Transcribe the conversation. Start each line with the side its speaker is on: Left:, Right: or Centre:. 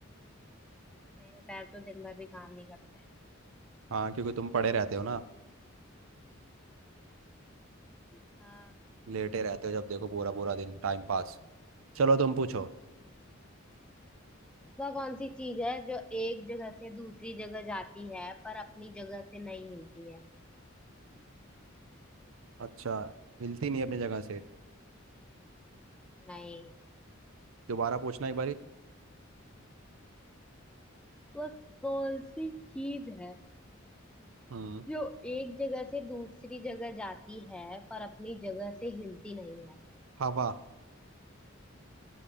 Centre: मेरे पैर तो दिन भर भी काम नहीं करते हैं
Right: हाँ क्योंकि तुम पड़े रहते हो ना
Centre: <laughs> हाँ
Right: लेटे रहते हो जब देखो पूरा पूरा दिन टाइम पास चलो तुम पूछो
Centre: वह कौन सी चीज है जो एक जगह से दूसरी जगह जाती है पर अपनी जगह से नहीं हिलती है
Right: अच्छा हिलती नहीं अपनी जगह से
Centre: नहीं
Right: दोबारा पूछना एक बारी
Centre: वह कौन सी चीज है
Right: हम्म
Centre: जो एक जगह से दूसरी जगह जाती है पर अपनी जगह से हिलती नहीं है
Right: हवा